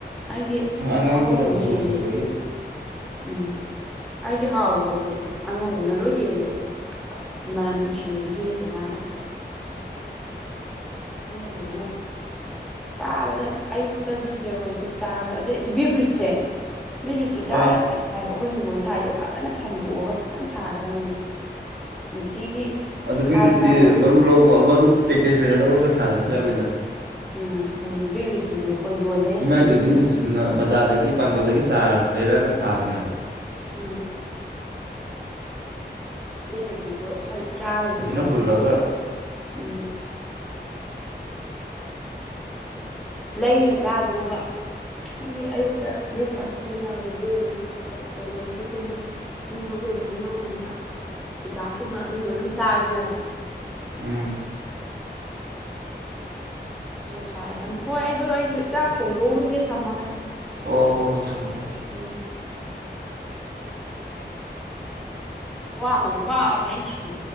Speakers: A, in the centre; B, on the right.
A: ꯑꯩꯗꯤ
B: ꯑꯉꯥꯡꯕꯗꯨꯅ
A: ꯑꯉꯧꯕꯅ
B: ꯃꯆꯨ
A: ꯍꯦꯜꯂꯦꯕ
B: ꯐꯖꯕꯒꯤ
A: ꯫ ꯎꯝ ꯑꯩꯗꯤ ꯍꯥꯎꯕ ꯈꯣꯠꯄꯁꯦ ꯑꯉꯧꯕꯅ ꯂꯣꯏ ꯍꯦꯜꯂꯦꯕ ꯃꯅꯝ ꯅꯨꯡꯁꯤꯕꯗꯨ ꯍꯦꯜꯂꯦ ꯃꯥꯅ ꯫ ꯑꯉꯧꯕꯗꯨꯅ ꯆꯥꯕꯗ ꯑꯌꯨꯛꯇ ꯗꯤ ꯗ꯭ꯔꯦꯒꯣꯟ ꯐ꯭ꯔꯨꯏꯠ ꯆꯥꯕꯗ ꯑꯗꯨꯗꯩ ꯕꯤꯠꯔꯨꯠꯁꯦ ꯕꯤꯠꯔꯨꯠꯁꯨ ꯆꯥꯕ
B: ꯑꯥ
A: ꯌꯥꯝ ꯐꯩ ꯫ ꯍꯥꯏꯕ ꯑꯩꯈꯣꯏ ꯍꯤꯡꯒꯣꯜ ꯊꯥꯏꯗꯣ ꯐꯖꯅ ꯁꯟꯗꯣꯛꯑꯒ ꯐꯖꯅ ꯊꯥꯒꯗꯕꯅꯦꯕ ꯅꯨꯡꯇꯤꯒꯤ
B: ꯑꯗꯨ
A: ꯈꯥꯏꯔ
B: ꯕꯦꯠꯔꯨꯇꯤ
A: ꯈꯥꯏꯔꯒ
B: ꯃꯔꯨ ꯂꯧꯕ ꯃꯔꯨ ꯄꯦꯀꯦꯖ ꯑꯣꯏꯅ ꯂꯧꯔꯒ ꯊꯥꯔꯗꯤ ꯌꯥꯔꯣꯏꯗ ꯫
A: ꯎꯝ ꯑꯗꯨꯅ ꯕꯤꯔꯔꯨꯠꯁꯤꯁꯨ ꯑꯩꯈꯣꯏ ꯌꯣꯟꯕꯩ ꯅꯠꯇꯕ
B: ꯏꯃꯥꯏꯗꯨꯗꯤ
A: ꯌꯨꯝꯗ ꯁꯨꯝ
B: ꯆꯨꯝꯅ ꯕꯖꯥꯔꯗꯒꯤ ꯄꯥꯡꯒꯜꯗꯒꯤ ꯆꯥꯔ ꯂꯩꯔꯛꯑꯒ ꯊꯥꯕꯅꯦꯕ
A: ꯎꯝ ꯕꯤꯔꯨꯠꯁꯤꯁꯨ ꯑꯩꯈꯣꯏ ꯆꯥꯕꯒꯤ
B: ꯐꯖꯅ
A: ꯀꯣ ꯅꯨꯡꯇꯤꯒꯤ
B: ꯍꯨꯜꯂꯒ
A: ꯎꯝ ꯂꯩꯔ ꯆꯥꯗꯅꯕ ꯍꯥꯏꯗꯤ ꯑꯌꯨꯛꯇ ꯕ꯭ꯔꯦꯛꯐꯥꯁꯀꯨꯝꯕ ꯆꯥꯕꯗ ꯕꯤꯔ ꯔꯨꯠꯀꯨꯝꯕ ꯗ꯭ꯔꯥꯒꯟ ꯐ꯭ꯔꯨꯠꯀꯨꯝꯕ ꯌꯨꯝꯗ ꯍꯧꯖꯕ ꯍꯩꯅꯧꯒꯨꯝꯕ ꯆꯨꯖꯥꯛꯀꯨꯝꯕ ꯑꯗꯨꯝꯕ ꯑꯗꯨꯝ ꯆꯥꯔꯁꯨ ꯌꯥꯏꯗꯅ
B: ꯎꯝ
A: ꯎ ꯊꯥꯔꯅꯤ ꯍꯣꯏ ꯑꯗꯨ ꯑꯩꯁꯨ ꯆꯥꯛ ꯊꯣꯡꯗꯣꯛꯎꯈꯤꯒꯦ ꯊꯝꯃꯒꯦ
B: ꯑꯣ ꯍꯣ ꯍꯣꯏ ꯊꯝꯃꯦ ꯊꯝꯃꯦ
A: ꯎꯝ ꯋꯥꯅꯒ ꯋꯥꯅꯦ ꯑꯩ ꯁꯧ